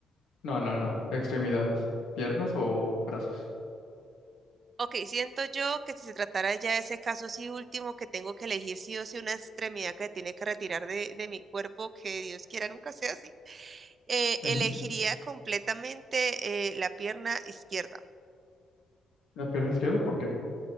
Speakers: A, on the left; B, on the right.
A: No, no, no. Extremidades. ¿Piernas o brazos?
B: Ok, siento yo que si se tratara ya de ese caso sí último, que tengo que elegir sí o sí una extremidad que tiene que retirar de, de mi cuerpo, que Dios quiera nunca sea así, eh,
A: Ujú.
B: elegiría completamente eh, la pierna izquierda.
A: La pierna izquierda, ¿por qué?